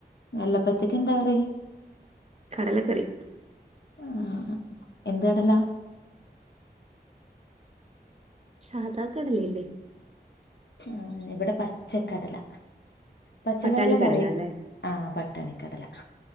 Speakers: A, on the left; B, on the right.
A: വെള്ളപ്പത്തക്ക എന്താറി
B: കടലക്കറി
A: ആ എന്ത് ഇടലാ
B: സാധാക്കണല്ലേല്ലേ
A: ഉ ഇവിടെ പച്ചക്കടല പച്ചക്കടല
B: പട്ടാണി കടല
A: കറി
B: അല്ലേ
A: ആ ട്ടണിക്കടല